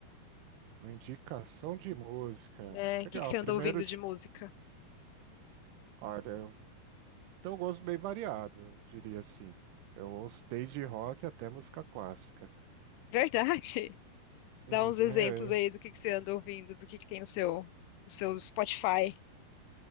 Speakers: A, on the right; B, on the left.
A: Uma Indicação de música.
B: né? O
A: Legal,
B: que que você anda
A: primeiro
B: ouvindo de
A: de...
B: música?
A: Olha, eu tenho um gosto bem variado, eu diria assim. Eu ouço desde rock até música clássica.
B: <laughs> Verdade?
A: Uhum,
B: Dá uns exemplos
A: é.
B: aí do que que você anda ouvindo, do que que tem no seu, no seu Spotify.